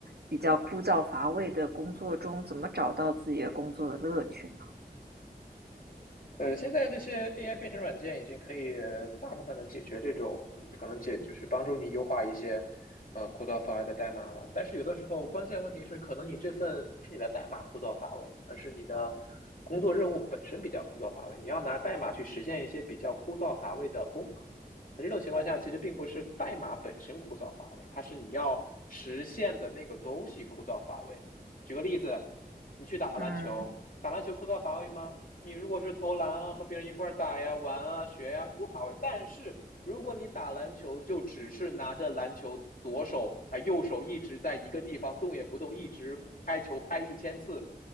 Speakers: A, on the right; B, on the left.
A: 比较枯燥乏味的工作中，怎么找到自己的工作的乐趣呢？
B: 呃，现在这些 AI 编程软件已经可以呃大部分的解决这种可能解，就是帮助你优化一些呃枯燥乏味的代码了。但是有的时候关键问题是，可能你这份不是你的代码枯燥乏味，而是你的工作任务本身比较枯燥乏味。你要拿代码去实现一些比较枯燥乏味的功能。那这种情况下，其实并不是代码本身枯燥乏味，它是你要实现的那个东西枯燥乏味。举个例子，你去打篮球，
A: 嗯。
B: 打篮球枯燥乏味吗？你如果是投篮啊，和别人一块儿打呀、玩啊、学呀，不乏味。但是如果你打篮球，就只是拿着篮球，左手啊、右手一直在一个地方动也不动，一直拍球拍一千次，